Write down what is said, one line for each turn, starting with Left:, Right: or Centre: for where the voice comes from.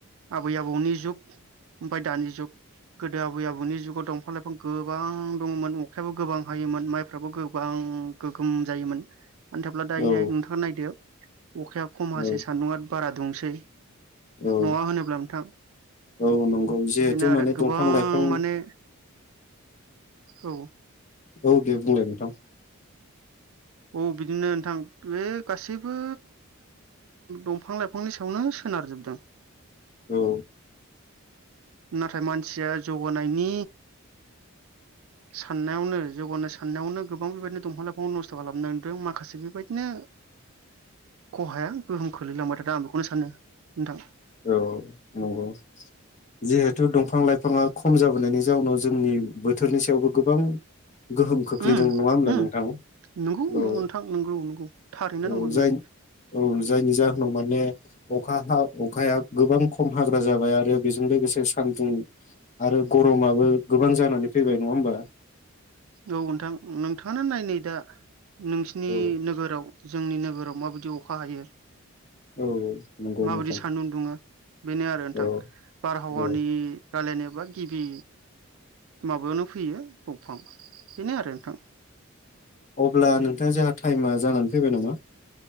Right: आबै आबौनि जुग, ओमफ्राय दानि जुग, गोदो आबै आबौनि जुगाव दंफां-लाइफां गोबां दङमोन। अखायाबो गोबां हायोमोन माइफ्राबो गोबां गोगोम जायोमोन। आनथाब्ला दायो
Left: औ
Right: नोंथाङा नायदो अखाया खम हासै,
Left: औ
Right: सान्दुङआ बारा दुंसै,
Left: औ
Right: नङा होनोब्ला नोंथां?
Left: औ नंगौ जिहेथु
Right: बेनो आरो
Left: माने
Right: गोबां
Left: दंफां लाइफां
Right: माने औ
Left: औ दे बुंलाय नोंथां
Right: औ बिदिनो नोंथां। बे गासैबो दंफां-लाइफांनि सायावनो सोनारजोबदों।
Left: औ
Right: नाथाय मानसिया जौगानायनि साननायावनो, जौगानो साननायावनो गोबां बेबायदिनो दंफां- लाइफांखौ नस्थ' खालामदों माखासे बेबायदिनो खहाया गोहोम खोलैलांबाय थादों आं बेखौनो सानो नोंथां।
Left: औ नंगौ, जिहेथु दंफां लाइफाङा खम जाबोनायनि जाउनाव जोंनि बोथोरनि सायावबो गोबां गोहोम खोख्लैदों
Right: उम
Left: नङा होनोमब्ला
Right: उम
Left: नोंथां?
Right: नंगौ
Left: औ
Right: नंगौ नोंथां नंगौ नंगौ थारैनो
Left: औ
Right: नंगौ बियो
Left: जायनि औ जायनि जाहोनाव माने अखा हा अखाया गोबां खम हाग्रा जाबाय आरो बेजों लोगोसे सान्दुं आरो गत समाबो गोबां जानानै फैबाय नङा होमबा
Right: औ नोंथां नोंथाङा नायनाय दा नोंसि नि
Left: औ
Right: नोगोराव जों नि नोगोराव माबायदि अखा हायो
Left: औ नंगौ
Right: माबायदि
Left: नोंथां
Right: सानदुं उदुङो बेनो आरो नोंथां
Left: औ
Right: बारहावानि
Left: औ
Right: रायलायनाय बा गिबि माबायावानो फैयो दंफां बेनो आरो नोंथां
Left: अब्ला नोंथां जाह टाइमा जानानै फैबाय नामा